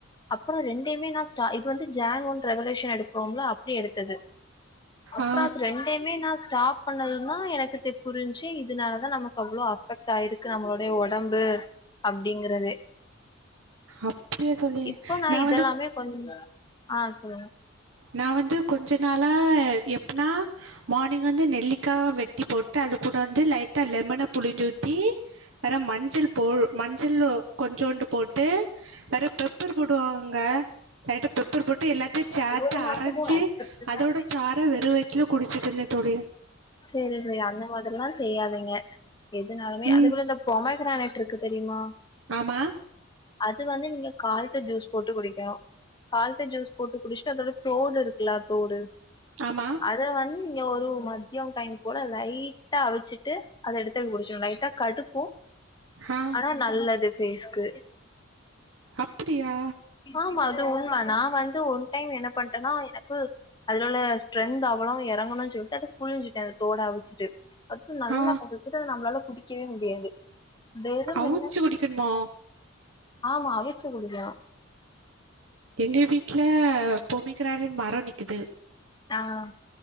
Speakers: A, on the left (about 20°); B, on the right (about 70°).
A: அப்றோ ரெண்டயுமே நா ஸ்டா இது வந்து ஜான் ஒன் ரெவல்யூஷன் எடுப்போம்ல அப்டி எடுத்தது அப்றோ
B: ஆ
A: அது ரெண்டயுமே நா ஸ்டாப் பண்ணதுந்தா எனக்கு தெ புரிஞ்சு இதுனால தா நமக்கு அவ்ளோ அஃபெக்ட் டாயிருக்கு நம்மளோடய ஒடம்பு அப்டீங்கறதே
B: அப்படியா தோழி
A: இப்போ நா
B: நான்
A: இதெல்லாமே
B: வந்து
A: கொஞ் ஆ சொல்லுங்க
B: நா வந்து கொஞ்ச நாளா எப்பனா மார்னிங் வந்து நெல்லிக்கா வெ ட்டி போட்டு அது கூட வந்து லைட்டா லெமன புழிஞ்சு ஊத்தி வேற மஞ்சள் போ மஞ்சள் ஓ கொஞ்சோண்டு போட்டு வெற பெப்பர் போடுவாங்க லைட்டா பெப்பர் போட்டு எல்லாத்தையு சேட்டா
A: ஒரு மாசமு
B: அரச்சு
A: வேல பாத்துதா
B: அதோட சார வெறு வய்த்துல குடிச்சிட் இருந்த தோ ழி
A: சேரி சேரி அந்த மாதிரில்லா செய்யாதீங்க எதுனாலுமே
B: ம்
A: அத போல இந்த பொமைகிரானேட்டு இருக்கு தெரியுமா
B: ஆமா
A: அது வந்து நீங்க கால்த்த ஜூஸ் போட்டு குடிக்கணு கால்த்த ஜூஸ் போட்டு குடிஸ்ட்டு அதோட தோடு இருக்குல தோடு
B: ஆமா
A: அத வந் ங்க ஒரு மதியம் டைம் கூட லைட்டா அவிச்சிட்டு அத எடுத்து குடிச்சுர்ன் லை ட்டா கடுக்கு
B: ஆ
A: ஆனா நல்லது பேஸ்கு
B: அப்படியா
A: ஆமா அது உண்ம நா வந்து ஒன் டைம் என்ன பண்டேனா எனக்கு அதுல உள்ள ஸ்ட்ரன்த் அவ்வளோ எறங்கணுன் சொல்ட்டு அத புழ்ஞ்சுட்ட அந்த தோடா அவுச்சிட்டு அது நல்லா
B: ஆ
A: கசக்குது அத நம்மளால குடிக்கவே முடியாது வெறும்
B: அவுச்சு
A: வென்ன
B: குடிக்கணுமோ
A: ஆமா அவிச்சி குடிக்கனும்
B: எங்க வீட்ல பொமிகிரானட் மரம் நிக்கிது
A: ஆ